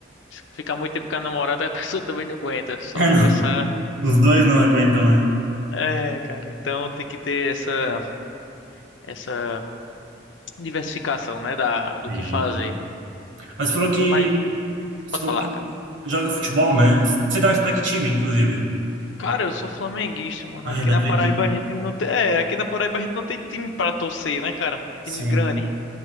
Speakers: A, on the left; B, on the right.
A: Se Ficar muito tempo com a namorada, a <laughs> pessoa também não aguenta. Só
B: É,
A: conversar.
B: não. Os dois não aguentam, né?
A: É, cara. Então tem que ter essa, essa diversificação, né? Da, do
B: Sim.
A: que fazer.
B: Mas falou que.
A: Mas
B: Você
A: pode
B: falou
A: falar,
B: que
A: cara.
B: joga futebol, né? Você torce pra que time, inclusive?
A: Cara, eu sou flamenguista, mano.
B: Ai,
A: Aqui
B: não
A: na
B: acredito.
A: Paraíba a gente não tem. É, aqui na Paraíba a gente não tem time pra torcer, né, cara?
B: Sim,
A: Time grande.